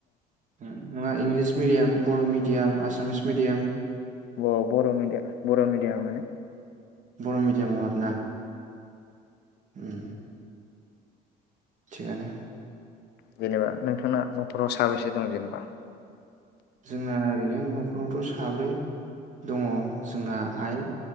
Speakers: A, on the right; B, on the left.
A: नङा इंलिस मिडियाम बर' मिडियाम आसामिस मिडियाम
B: ब बर' मिडिया बर' मिडियामानो।
A: बर' मिडियामाव आरो ना? उम थिगानो।
B: जेनेबा नोंथांना न'खराव साबेसे दं जेनेबा?
A: जोंना ओरैनो न'खरावथ' साब्रै। दङ जोंहा आइ